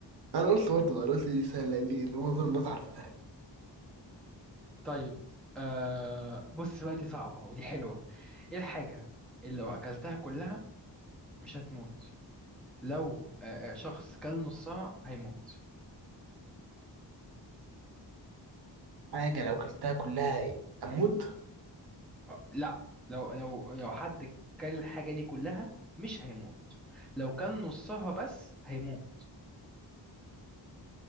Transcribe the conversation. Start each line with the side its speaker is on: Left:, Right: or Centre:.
Right: أنا قلت برضه أنا قلت دي سهلة ليه؟ أنا أظن الناس
Centre: <laughs>
Right: عارفاها
Centre: طيب آه بص بقى دي صعبة ودي حلوة ايه الحاجة اللي لو اكلتها كلها مش هتموت لو آه آه، شخص كل نصها هيموت
Right: حاجة لو كلتها كلها أموت
Centre: آه، لا لو لو لو حد كل الحاجة دي كلها مش هيموت لو كل نصها بس هيموت